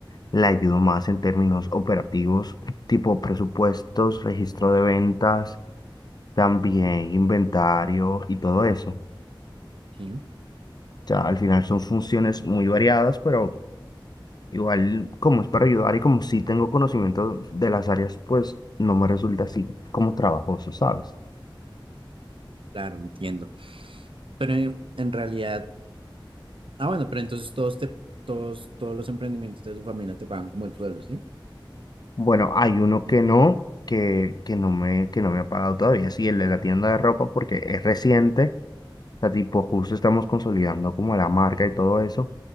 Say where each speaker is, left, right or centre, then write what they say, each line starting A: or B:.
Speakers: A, on the left (about 50°); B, on the right (about 80°).
A: la ayudo más en términos operativos, tipo presupuestos, registro de ventas, también inventario y todo eso. O
B: Sí.
A: sea, al final son funciones muy variadas, pero igual como es para ayudar y como sí tengo conocimiento de las áreas, pues no me resulta así como trabajoso, ¿sabes?
B: Claro, entiendo. Pero en en realidad, ah, bueno, pero entonces todos te, todos, todos los emprendimientos de tu familia te pagan como el sueldo, ¿sí?
A: Bueno, hay uno que no, que, que no me, que no me ha pagado todavía, sí, el de la tienda de ropa porque es reciente. sea, tipo, justo estamos consolidando como la marca y todo eso,